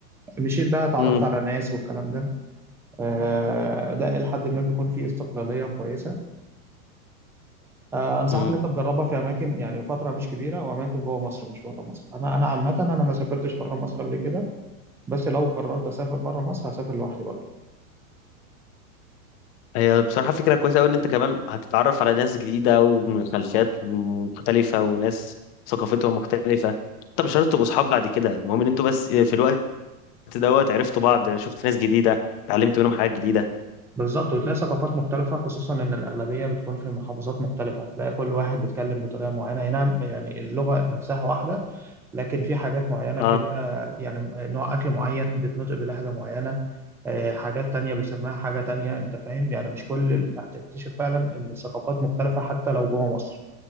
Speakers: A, in the centre; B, on the left.
A: مشيت بقى اتعرفت
B: مم.
A: على ناس والكلام ده آه، ده إلى حد ما بيكون فيه استقلالية كويسة آه، أنصحك
B: مم.
A: إن أنت تجربها في أماكن يعني فترة مش كبيرة وأماكن جوه مصر مش بره مصر أنا أنا عامة أنا ما سافرتش بره مصر قبل كده بس لو قررت أسافر بره مصر هسافر لوحدي
B: هي بصراحه فكره كويسه قوي ان انت كمان هتتعرف على ناس جديده ومن خلفيات مختلفه وناس ثقافتهم مختلفه انت مش شرط
A: برضه
B: تبقوا اصحاب بعد كده المهم ان انتوا بس في الوقت دوت عرفتوا بعض شفت ناس جديده اتعلمت منهم حاجات جديده
A: بالظبط وتلاقي ثقافات مختلفة خصوصا إن الأغلبية بتكون في محافظات مختلفة تلاقي كل واحد بيتكلم بطريقة معينة أي نعم يعني اللغة نفسها واحدة لكن في حاجات معينة
B: اه
A: كده يعني نوع أكل معين بيتنطق بلهجة معينة آه، حاجات تانية بيسموها حاجة تانية أنت فاهم يعني مش كل اللي هتكتشف فعلا إن الثقافات مختلفة حتى لو جوه مصر